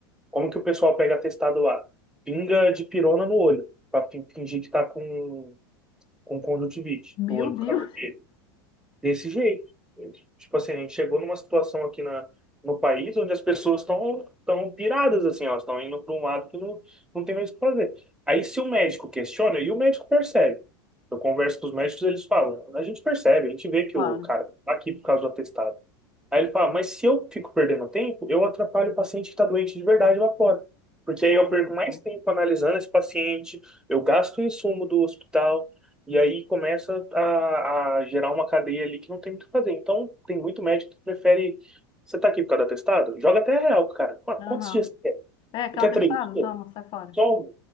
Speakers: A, in the centre; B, on the left.
A: Como que o pessoal pega atestado lá? Pinga de pirona no olho, para fingir que tá com com conjuntivite,
B: Meu
A: o olho ficava
B: Deus,
A: vermelho. Desse jeito. Tipo assim, a gente chegou numa situação aqui na, no país onde as pessoas estão tão piradas, assim, elas estão indo para um lado que não, não tem mais o que fazer. Aí se o médico questiona, e o médico percebe. Eu converso com os médicos, eles falam, a gente percebe, a gente vê que
B: <laughs> claro.
A: o cara tá aqui por causa do atestado. Aí ele fala, mas se eu fico perdendo tempo, eu atrapalho o paciente que está doente de verdade lá fora. Porque aí
B: É,
A: eu perco mais
B: tá.
A: tempo analisando esse paciente, eu gasto o insumo do hospital, e aí começa a, a gerar uma cadeia ali que não tem muito o que fazer. Então, tem muito médico que prefere. Você tá aqui por causa do atestado? Joga até real, cara. Qu-
B: Aham.
A: Quantos dias você quer?
B: É, quer
A: Você quer
B: um atestado?
A: três dias?
B: Toma, sai fora.
A: Toma,